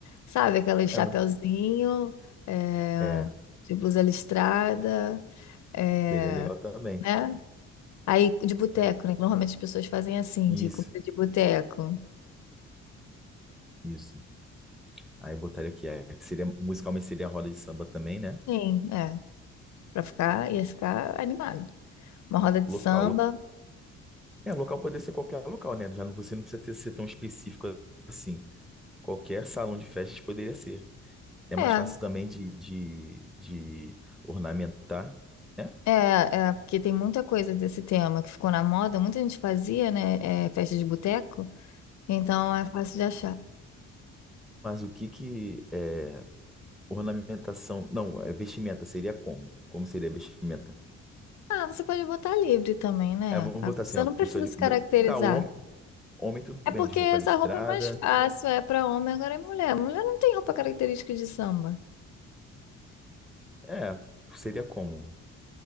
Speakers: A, on the left (about 65°); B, in the centre.
A: sabe? Aquele chapeuzinho,
B: É, mas-
A: é,
B: é,
A: de blusa listrada, é,
B: seria legal também.
A: né? Aí de boteco,
B: É.
A: né? que Normalmente as pessoas fazem assim,
B: Isso,
A: de comida de boteco.
B: isso. Aí botaria aqui, é, que seria, musicalmente seria a roda de samba também, né?
A: Sim, é. Pra ficar, ia ficar animado. Uma roda de
B: Local,
A: samba.
B: local. É, local poderia ser qualquer local, né? Já não, você não precisa ter, ser tão específico assim. Qualquer salão de festas poderia ser. É mais
A: É,
B: fácil também de, de, de ornamentar, né?
A: é, é, porque tem muita coisa desse tema que ficou na moda, muita gente fazia, né? é, festa de boteco. Então é fácil de achar.
B: Mas o que que é ornamentação? Não, é vestimenta seria como? Como seria vestimenta?
A: Ah, você pode botar livre também, né?
B: É, vamos
A: A
B: botar
A: pessoa
B: assim, ó,
A: não
B: pessoa
A: precisa
B: de
A: se caracterizar.
B: mulher. Tá, homem, homem tudo
A: É
B: bem,
A: porque
B: de roupa
A: essa
B: listrada.
A: roupa é mais fácil, é pra homem, agora é mulher. Mulher não tem roupa característica de samba.
B: É, seria como?